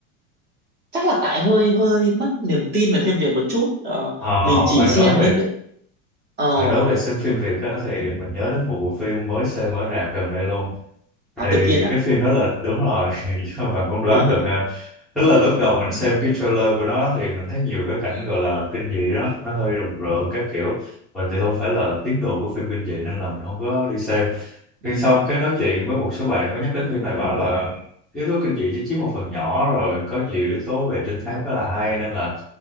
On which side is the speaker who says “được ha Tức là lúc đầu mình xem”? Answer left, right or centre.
Centre